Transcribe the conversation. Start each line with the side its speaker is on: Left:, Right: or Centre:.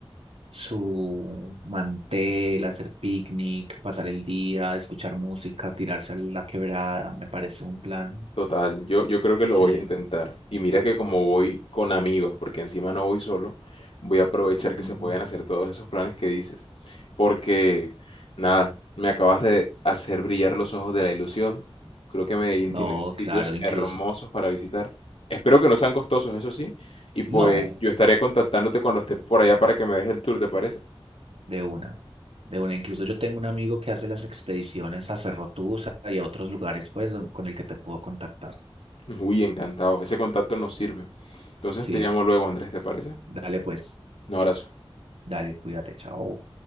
Right: su mantel, hacer picnic, pasar el día, escuchar música, tirarse a la quebrada, me parece un plan.
Left: Total, yo, yo creo que
Right: Sí.
Left: lo voy a intentar. Y mira que como voy con amigos, porque encima no voy solo, voy a aprovechar que
Right: ujú.
Left: se pueden hacer todos esos planes que dices. Porque, nada, me acabas de hacer brillar los ojos de la ilusión. Creo que Medellín
Right: No,
Left: tiene sitios
Right: claro, incluso.
Left: hermosos para visitar. Espero que no sean costosos, eso sí. Y pues
Right: No.
Left: yo estaré contactándote cuando esté por allá para que me des el tour, ¿te parece?
Right: De una, de una. Incluso yo tengo un amigo que hace las expediciones a Cerro Tusa y a otros lugares, pues, don- con el que te puedo contactar.
Left: Uy, encantado. Ese contacto nos sirve. Entonces
Right: Sí,
Left: te llamo luego, Andrés, ¿te parece?
Right: dale, pues,
Left: Un abrazo.
Right: dale, cuídate, chao.